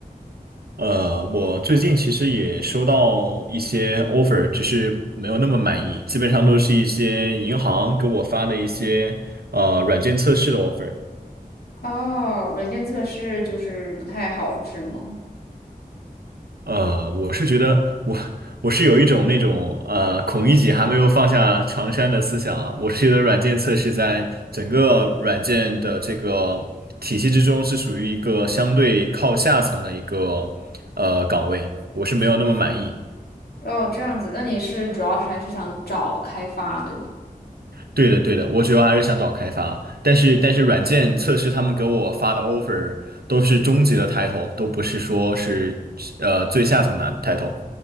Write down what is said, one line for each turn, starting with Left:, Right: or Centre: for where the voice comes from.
Right: 呃，我最近其实也收到一些 offer，只是没有那么满意，基本上都是一些银行给我发的一些呃软件测试的 offer。
Left: 哦，软件测试就是不太好是吗？
Right: 呃，我是觉得我我是有一种那种呃，孔乙己还没有放下长衫的思想啊。我是觉得软件测试在整个软件的这个体系之中是属于一个相对靠下层的一个呃岗位，我是没有那么满意。
Left: 哦，这样子，那你是主要是还是想找开发，对吗？
Right: 对的，对的，我主要还是想找开发，但是但是软件测试他们给我发的 offer 都是中级的 title，都不是说是呃最下层的 title，